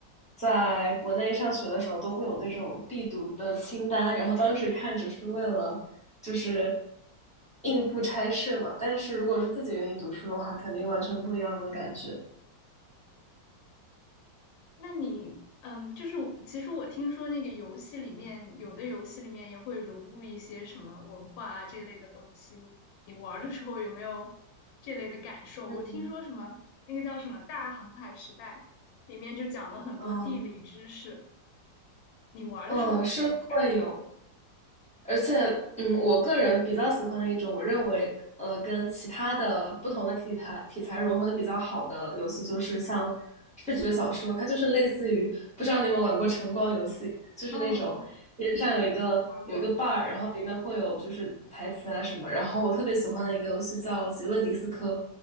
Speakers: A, in the centre; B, on the left.
A: 在国内上学的时候，都会有那种必读的清单，然后当时看只是为了就是应付差事嘛，但是如果是自己愿意读书的话，肯定完全不一样的感觉。
B: 那你，嗯，就是我其实我听说那个游戏里面，有的游戏里面也会融入一些什么文化啊这类的东西。你玩儿的时候有没有这类的感受？
A: 嗯
B: 我听说什么那个叫什么《大航海时代》，里面就讲了很多地理知识。
A: 嗯
B: 你玩儿的时候有没有什么感觉？
A: 嗯，是会有，而且，嗯，我个人比较喜欢的一种，我认为，呃，跟其他的不同的题材题材融合的比较好的游戏，就是像视觉小说，它就是类似于，不知道你有没有玩过晨光游戏，就是那种边上有一个有一个
B: 哦，嗯玩过。
A: bar，然后里面会有就是台词啊什么。然后我特别喜欢的一个游戏叫《极乐迪斯科》，